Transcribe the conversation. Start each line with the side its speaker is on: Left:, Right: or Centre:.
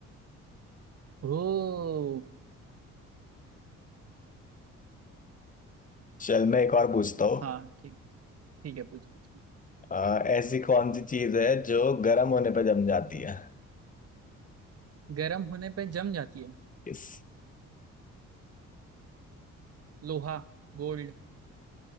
Right: ओ
Left: चल मैं एक और पूछता हूँ
Right: हाँ ठीक ठीक है पूछ पूछ
Left: अ, ऐसी कौन सी चीज है जो गर्म होने पर जम जाती है
Right: गर्म होने पे जम जाती है
Left: इस
Right: लोहा गोल्ड